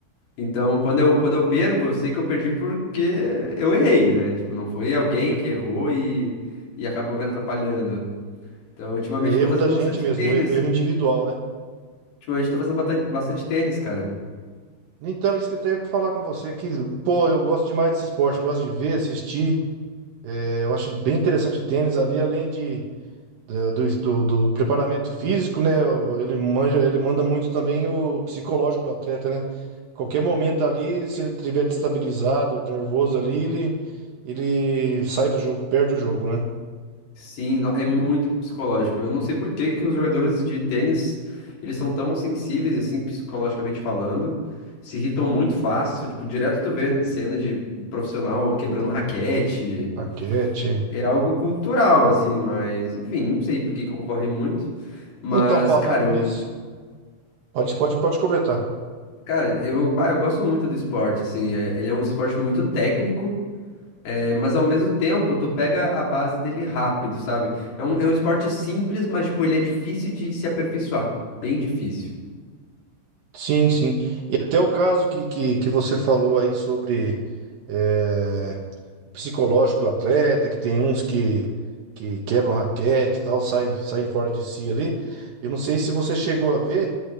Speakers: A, on the left (about 60°); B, on the right (about 70°).
A: Então, quando eu, quando eu perco, eu sei que eu perdi porque eu errei, né? Tipo, não foi alguém que errou e, e acabou me atrapalhando. Então, ultimamente
B: é
A: eu
B: erro
A: tô fazendo
B: da gente
A: bastante
B: mesmo,
A: tênis.
B: er- erro individual, né?
A: Ultimamente eu tô fazendo bata- bastante tênis, cara.
B: Então, isso que eu até ia falar com você, que, pô, eu gosto demais desse esporte, eu gosto de ver, assistir, é, eu acho bem interessante o tênis ali, além de do, do, do preparamento físico, né? Ele manja, ele manda muito também o psicológico do atleta, né? Qualquer momento ali, se ele estiver destabilizado, nervoso ali, ele, ele sai do jogo, perde o jogo, né?
A: Sim, no- é muito psicológico. Eu não sei por que que os jogadores de tênis, eles são tão sensíveis, assim, psicologicamente falando, se irritam muito fácil, tipo, direto tu vê na cena de profissional quebrando raquete,
B: Raquete.
A: é algo cultural, assim, mas, enfim, não sei por que que ocorre muito, mas,
B: Então, falando
A: cara, eu,
B: nisso, pode, pode, pode completar.
A: cara, eu, bah, eu gosto muito do esporte, assim, é- ele é um esporte muito técnico, É, mas ao mesmo tempo, tu pega a base dele rápido, sabe? É um, é um esporte simples, mas, tipo, ele é difícil de se aperfeiçoar. Bem difícil.
B: Sim, sim. E até o caso que, que, que você falou aí sobre. eh, psicológico do atleta, que tem uns que, que quebram raquete e tal, saem, saem fora de si ali. Eu não sei se você chegou a ver,